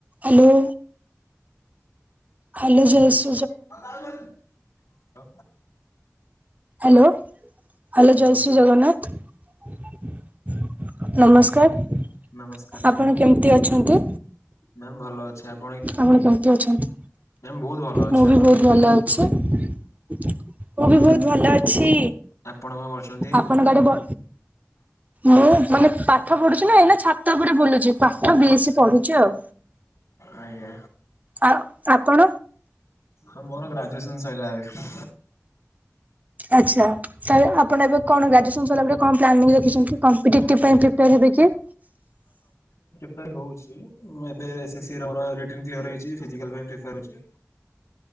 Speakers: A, on the right; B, on the left.
A: Hello. Hello ଜୟ ସ୍
B: ତ
A: ହ୍ୟାଲୋ ହ୍ୟାଲୋ
B: ଆଜ୍ଞା
A: ଜୟ
B: ନମସ୍କାର
A: ଶ୍ରୀ ଜଗନ୍ନାଥ। ନମସ୍କାର
B: ନମସ୍କାର
A: ଆପଣ କେମିତି ଅଛନ୍ତି।
B: ମ୍ୟାମ ଭଲ ଅଛି ଆପ୍
A: ଆପଣ କେମିତି ଅଛନ୍ତି?
B: ବହୁତ ଭଲ ଅଛି
A: ମୁଁ
B: ଆପଣ
A: ବି ବହୁତ
B: କେମିତି
A: ଭଲ
B: ଅଛନ୍ତି?
A: ଅଛି। ମୁଁ
B: ଆଉ
A: ବି ବହୁତ
B: ମ୍ୟାମ୍
A: ଭଲ ଅଛି।
B: ଆପଣ କଣ କରୁଛନ୍ତି?
A: ଆପଣ ଆଡେ ବ ମୁଁ ମାନେ ପାଠ ପଢୁଚି। ଇଲୋ ଏଇନା ଛାତ ଉପରେ ବୁଲୁଚି ପାଠ ବି ଏସ୍ ସି ପଢୁଛି ଆଉ।
B: ଆଜ୍ଞା।
A: ଆଉ ଆପଣ
B: ହଁ ମୋର ଗ୍ରାଜୁଏସନ ସଇଲା ଏବେ।
A: ଆଛା ତାହେଲେ ଆପଣ ଏବେ କଣ ଗ୍ରାଜୁସନ ସଇଲା ପରେ କଣ ପ୍ଲାନିଙ୍ଗ ରଖିଛନ୍ତି କମ୍ପିଟିଟିଭ ପାଇଁ ପ୍ରିପାର ହେବେ କି?
B: ପ୍ୟାର୍ ହଉଚି ମୁଁ ଏବେ ସି ସିରମର ରିଟିନ କ୍ଲିୟର ହେଇଚି ଫିଜିକାଲ୍ ପାଇଁ ପ୍ରିପାର ହଉଚି।